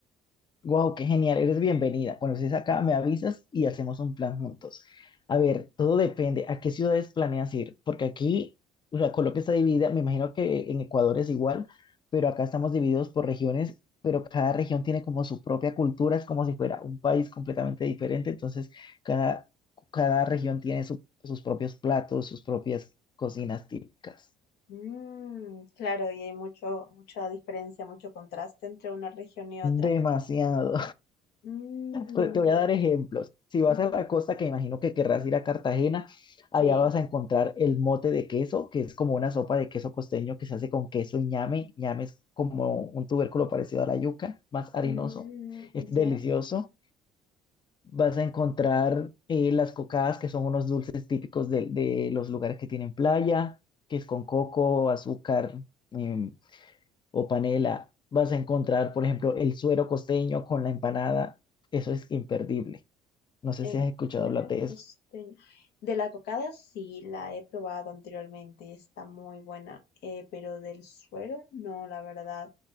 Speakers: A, on the left; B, on the left.
A: Wow, qué genial, eres bienvenida. Cuando estés acá, me avisas y hacemos un plan juntos. A ver, todo depende a qué ciudades planeas ir, porque aquí, o sea, Colombia está dividida, me imagino que en Ecuador es igual, pero acá estamos divididos por regiones, pero cada región tiene como su propia cultura, es como si fuera un país completamente diferente, entonces cada, cada región tiene su- sus propios platos, sus propias cocinas típicas.
B: Mm, claro, y hay mucho, mucha diferencia, mucho contraste entre una región y otra.
A: Demasiado.
B: Mm,
A: Te te voy a dar ejemplos. Si vas
B: Ujú,
A: a la costa, que imagino que querrás ir a Cartagena, allá
B: Sí,
A: vas a encontrar el mote de queso, que es como una sopa de queso costeño que se hace con queso y ñame. Ñame es como un tubérculo parecido a la yuca, más harinoso.
B: Mm,
A: Es delicioso.
B: ya
A: Vas a encontrar eh, las cocadas, que son unos dulces típicos de, de los lugares que tienen playa, que es con coco, azúcar em, o panela. Vas a encontrar, por ejemplo, el suero costeño con la empanada. Eso es imperdible. No sé
B: el
A: si has escuchado
B: suero
A: hablar de
B: costeño.
A: eso.
B: De la cocada sí la he probado anteriormente, está muy buena, eh, pero del suero no, la verdad.